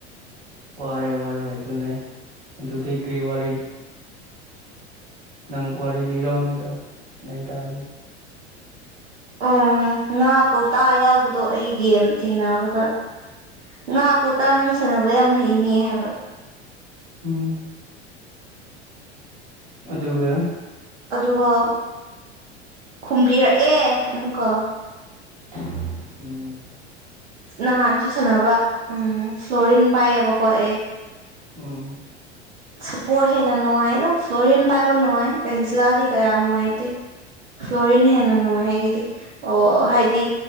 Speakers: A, on the right; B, on the right.
A: ꯋꯥꯔꯦ ꯋꯥꯔꯦ ꯑꯗꯨꯅꯦ ꯑꯗꯨꯗꯤ ꯀꯩ ꯋꯥꯔꯤ ꯅꯪ ꯋꯥꯔꯤ ꯂꯤꯔꯣꯑꯣꯅꯦ ꯑꯗꯣ ꯑꯩ ꯇꯥꯔꯒꯦ
B: ꯎꯝ ꯉꯥ ꯀꯧꯇꯥ ꯌꯥꯎꯕꯗꯣ ꯑꯩ ꯒꯦꯝ ꯊꯦꯡꯅꯕꯗ ꯉꯍꯥꯛꯀꯧꯇꯥ ꯅꯪ ꯁꯥꯟꯅꯕ ꯌꯥꯝ ꯍꯩꯅꯦ ꯍꯥꯏꯕ
A: ꯎꯝ ꯑꯗꯨꯒ
B: ꯑꯗꯨꯒ ꯈꯨꯝꯕꯤꯔꯛꯑꯦ ꯑꯃꯨꯛꯀ
A: ꯎꯝ
B: ꯅꯍꯥꯟꯁꯨ ꯁꯥꯟꯅꯕ ꯎꯝ ꯐ꯭ꯂꯣꯔꯤꯟ ꯄꯥꯏꯌꯦꯕꯀꯣ ꯑꯦ
A: ꯎꯝ
B: ꯁꯞꯄꯣꯔ ꯍꯦꯟꯅ ꯅꯨꯡꯉꯥꯏ ꯐ꯭ꯂꯣꯔꯤꯟ ꯄꯥꯏꯕ ꯅꯨꯡꯉꯥꯏ ꯑꯦꯟꯖꯤꯂꯥꯗꯤ ꯀꯌꯥ ꯅꯨꯡꯉꯥꯏꯇꯦ ꯐ꯭ꯂꯣꯔꯤꯟ ꯍꯦꯟꯅ ꯅꯨꯡꯉꯥꯏ ꯑꯩꯒꯤꯗꯤ ꯑꯣ ꯍꯥꯏꯗꯤ